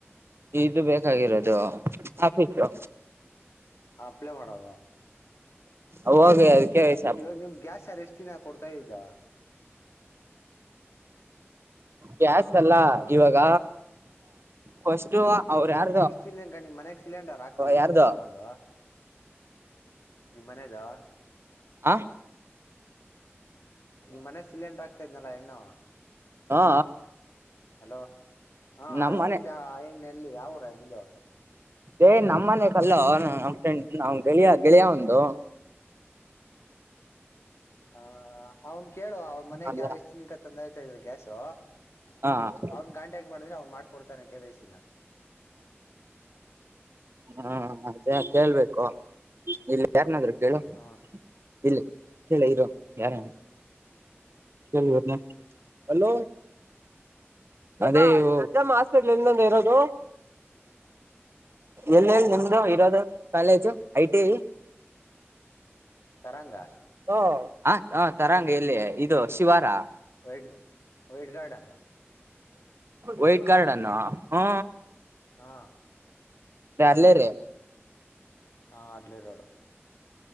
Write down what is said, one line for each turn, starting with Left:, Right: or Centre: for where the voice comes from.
Right: ಇದು ಬೇಕಾಗಿರೋದು ಆಫೀಸು
Left: ಅಪ್ಲೈ ಮಾಡೋದ
Right: ಅವ್ವಗ್ ಅಡುಕೆ ಎಸ
Left: ಇವಾಗ ನಿಮ್ ಗ್ಯಾಸ್ ಸಾರು ಎಷ್ಟು ದಿನ ಕೊಡ್ತಾ ಇದ್ದಾ
Right: ಗ್ಯಾಸ್ ಅಲ್ಲ
Left: ಅಲೋ
Right: ಇವಾಗ ಫಸ್ು ಅವ್ರ ಯಾರ
Left: ಇಷ್ಟ ತಿಿನಂಕ ನಿ್ ಮನ್ಯಾಗ ಸಿಲಿಂಡರ್ ಆಗ್ತ ಇದಿದದು
Right: ಯಾರ್ದು
Left: ಎತ್ಕೊಂಬಂದ ನಿಮ್ ಮನೆದಾ
Right: ಆ
Left: ನಿಮ್ ಮನೆ ಸಿಲಿಂಡರ್ ಆಗ್ತಾ ಇದ್ನಲ್ಲ ಹೆಣ್ಣು
Right: ಹಾ
Left: ಹಲೋ ಹ
Right: ನಮ್ಮ
Left: ಆ್ದ
Right: ಮನೆ
Left: ಆಣ್ಣ ಎಲ್ಲಿ ಯಾವರ ಹ್ದು
Right: ಏಯ್ ನಮ್ಮ್ನೆ ಕಲ್ಲೋ ನಮ್ಮ ಫ್ರೆಂಡ್ ನಾ್ ಗೆಳಿಯ ಗೆಳಿಯ ಒಂದು
Left: ಹ ಅವ್ನ್ ಕೇಳು ಅವನ್ ಮನಯಕ್
Right: ಅಲ್ಲ
Left: ಯಾರ ಎಷ್ಟು ದಿನಕ್ಕ ತಂದಾಯ್ತ ಇದ್ರ ಗ್ಯಾಸು
Right: ಹಾ ಹ
Left: ಅವ್ರಿಗೆ ಕಾಂಟಕ್ಟ್ ಮಾಡಿದ್ರೆ ಅವ್ ಮಾಡಕ ಕೊಡ್ತಾನ ಕೆ ವೈಸಿನ
Right: ಹಾ ಅದೇ ಕೇಳ್ಬೇಕು ಇಲ್ಲಿ ಯಾರ್ನಾದ್ ಹೇಳು
Left: ಹ
Right: ಇಲ್ಲಿ ಕೇಳ ಇರ ಯಾರ ಕ ಅಲೋ ಅದೇ ನಮ್ಮ ಹಾಸ್ಪೆಟ್ಲ್ಂದ ಇರೋದು ಎಲ್ಲೆಲ್ಲಿ ನಿಮ್ದು ಇರೋದು ಕಾಲೇಜು ಐ ಟಿ
Left: ತರಂಗ
Right: ಓ ಆ ಹ ತರಾಂಗ ಎಲ್ಲಿ ಇದು ಶಿವಾರ
Left: ವೈಟ್ ವೈಟ್ಗಾರ್ಡ್ನಾ
Right: ವೈಟ್ ಕಾರ್ಡ್ ಅನ್ನು ಹಾ
Left: ಹಾ
Right: ರ ಅರ್ಲ ರೀ
Left: ಹಾಂ ಅರ್ಲಿೇ ರೋಡ